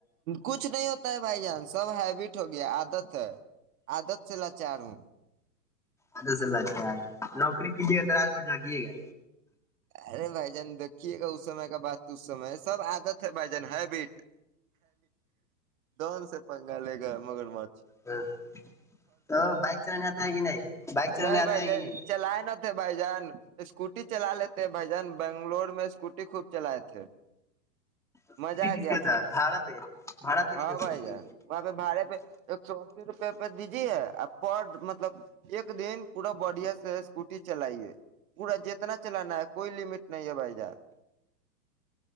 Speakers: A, on the right; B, in the centre.
A: کچھ نہیں ہوتا ہے بھائی جان سب ہیبٹ ہو گیا آدت ہے آدت سے لاچار ہوں
B: ااسلہ اچھا نوکری کیجیے گا تو رات ب جا کییے گا
A: ارے بھائی جان دیکھیے گا اس سمے کا بات تو اس سم ہے سب آادت ہے بھائی جان ہیبٹٹ دون سے پنگا لے گا مگر مت
B: ہاں تو بائک چلنے آتا ہے کہ نہیں بائک
A: نہیں
B: چلنے
A: بھائی
B: آتا ہے
A: جان
B: کہ نہیں
A: چلائے نہ تھے بھائی جان اسکوٹی چلا لیتے بھجن بنگلور میں اسکوٹی خوب چلائے تھے
B: اسکوٹی
A: مزہ آ
B: کس
A: گیا
B: کا
A: تھا
B: بھاڑا پہ بھاڑا پہ لیتے
A: ہاں
B: اسکوٹی
A: بھائی جان وہاں پہ بھڑے پہ ایک سو اسی روپے پہ دیجیے پر مطلب ایک دن پورا بڑھیا سے اسکوٹی چلائیے پورا جتنا چلانا ہے کوئی لمٹ نہیں ہے بھائی جان